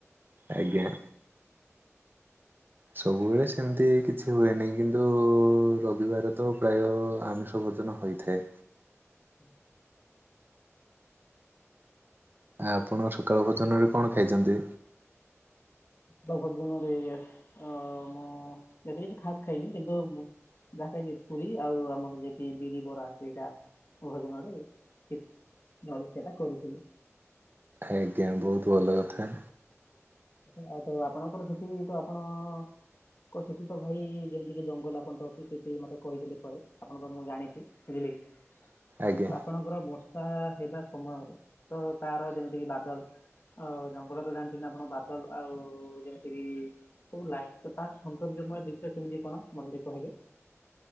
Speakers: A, on the right (about 40°); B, on the left (about 50°).
A: ଆଜ୍ଞା। ସବୁବେଳେ ସେମିତି କିଛି ସେ ହୁଏନି କିନ୍ତୁ ରବିବାର ତ ପ୍ରାୟ ଆମିଷ ଭୋଜନ ହୋଇଥାଏ।
B: ଉ ହୁଁ।
A: ଆପଣ ସକାଳ ଭୋଜନରେ କଣ ଖାଇଛନ୍ତି?
B: ଭୋଜନରେ ଅ ମୁଁ ଏ କିଛି ଖାସ ଖାଇନି କିନ୍ତୁ ଯାହା କି ପୁରୀ ଆଉ ଆମର ଯେକି ବିରି ବରା ସେଇଟା। ଭୋଜନରେ ଇ ଜଳଖିଆ ଟା କରିଥିଲି?
A: ଆଜ୍ଞା ବହୁତ ଭଲ କଥା।
B: ଆଉ ତ ଆପଣଙ୍କର ସେଠି ତ ଆପଣ କ ସେଠି ତ ଭାଇ ଯେମିତିକ ଜଙ୍ଗଲ ଆପଣଙ୍କ ଅଛି ସେଠି ମତେ କହିଥିଲେ ପରେ ଆପଣଙ୍କର ମୁଁ ଜାଣିଛି। ବୁଝିଲେ କି
A: ଆଜ୍ଞା।
B: ତ ଆପଣ ତ ବର୍ଷା ହେବା ସମୟରେ ତ ତାର ଯେମିତିକି ବାଦଲ ଆଉ ଜଙ୍ଗଲ ତ ଜାଣିଛନ୍ତି ଆପଣ ବାଦଲ ଆଉ ଯେମିତି କିି ସବୁ ଲାଇଟ୍ ତ ତାର ସୌନ୍ଦର୍ଯ୍ୟମୟ ଦିନିଟା କେମିତି କଣ ମଣ୍ଡିତ ହେବେ।